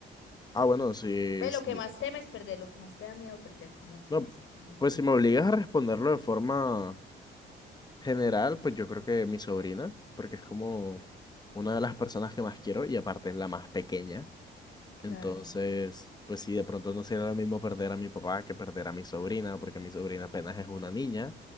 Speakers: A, on the left; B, on the left.
A: Ah, bueno, sí,
B: Ve,
A: sí.
B: lo que más temes perder, lo que más te da miedo perder, como,
A: No,
B: como decir,
A: pues si me obligas a responderlo de forma General, pues yo creo que mi sobrina, porque es como una de las personas que más quiero y aparte es la más pequeña.
B: claro,
A: Entonces, pues sí, de pronto no sería lo mismo perder a mi papá que perder a mi sobrina, porque mi sobrina apenas es una niña.